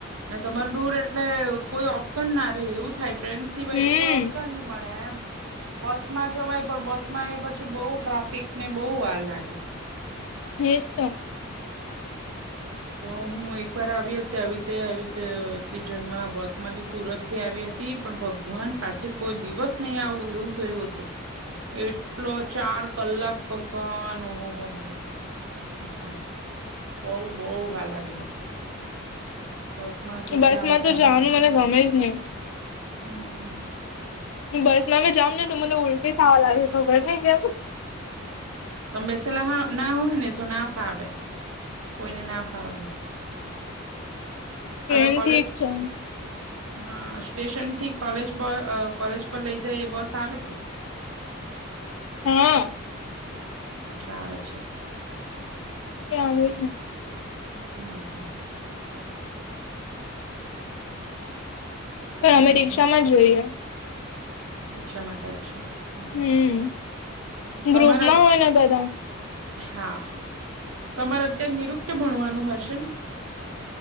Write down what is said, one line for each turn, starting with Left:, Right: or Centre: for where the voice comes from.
Right: ને તમાર ડૂર એટલે કોઈ ઓપ્શન ના રે એવું થાય ટ્રેન સિવાય
Left: હમ
Right: તો કોઈ ઓપ્શન નહી મળે એમ બસમાં જવાય પણ બસમાં એ પછી બઉુ ટ્રાફિક ને બહુ વાર લાગે
Left: એ જ તો
Right: તો હું એક વાર આવી હતી આવી રતે આવી જ સિઝનમાં બસ માંથી સુરત થી આવી હતી પણ ભગવાન પાછો કોઈ દિવસ નય આવું એવું થયું હતું. એટલો ચાર કલાક ભગવાન ઓહ હો. હા. બઉ બઉ વાર લાગેલો. બસ માં તો એટલે
Left: બસ
Right: આવા
Left: માં
Right: ટાઈમે
Left: જવાનું
Right: તો ના
Left: મને
Right: ગમે
Left: જ નહી
Right: હમમ.
Left: હું બસ માં બી જામ ને તો મને ઉલટી થાવા લાગે ખબર ની કેમ?
Right: તમે બેસેલા ના હોય ને તો ના ફાવે કોઈને ના ફાવે.
Left: ટ્રેન
Right: હવે કોલેજ
Left: ઠીક છે.
Right: હા સ્ટેશન થી કોલેજ કોલેજ પર લઈ જાય એ બસ આવે કે? <inaudible>
Left: હા.
Right: અચ્છા આવે છે.
Left: એ આવે હે.
Right: હમમ હમમ તમારે
Left: પણ અમે રિક્ષા
Right: છે
Left: માં જોઈએ.
Right: રિક્ષામાં જાય છે. હમમ હમમ
Left: હમ
Right: તમારા
Left: ગ્રુપમાં હોય ને બધા
Right: હા હા તમારે અત્યારે નિરુક્ત ભણવાનું હશે ને?